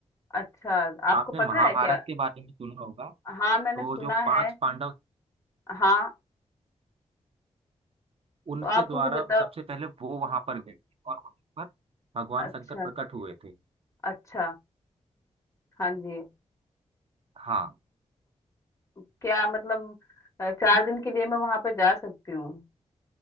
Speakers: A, on the left; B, on the right.
A: अच्छा आपको
B: आपने
A: पता
B: महाभारत
A: है क्या
B: के बारे में सुना होगा
A: हाँ
B: तो
A: मैंने सुना
B: जो पांच
A: है
B: पांडव
A: हाँ
B: उनके
A: तो आप
B: द्वारा
A: मुझे बताओ
B: सबसे पहले वो वहां पर गए और वहां पर भगवान
A: अच्छा
B: शंकर प्रकट हुए थे
A: अच्छा हाँ जी
B: हाँ
A: क्या मतलब अ, चार दिन के लिए मैं वहां पे जा सकती हूँ